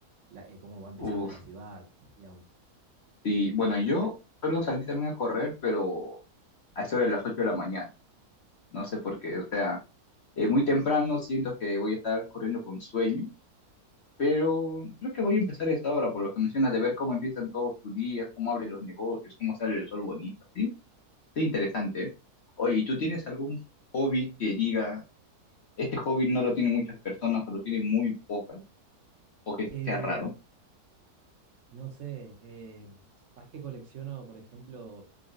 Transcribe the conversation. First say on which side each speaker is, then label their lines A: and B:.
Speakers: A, on the right; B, on the left.
A: la- eh, cómo va empezando
B: Uf,
A: la ciudad, digamos.
B: sí. Bueno, yo solo salí también a correr, pero a eso de las 8 de la mañana. No sé por qué, o sea, eh, muy temprano siento que voy a estar corriendo con sueño, pero creo que voy a empezar a esta hora, por lo que mencionas, de ver cómo empiezan todos tus días, cómo abren los negocios, cómo sale el sol bonito, ¿sí? Qué interesante. Oye, ¿y tú tienes algún hobby que diga, este hobby no lo tienen muchas personas o lo tienen muy pocas, o que
A: Eh,
B: sea raro?
A: no sé, eh, ¿sabes qué colecciono, por ejemplo?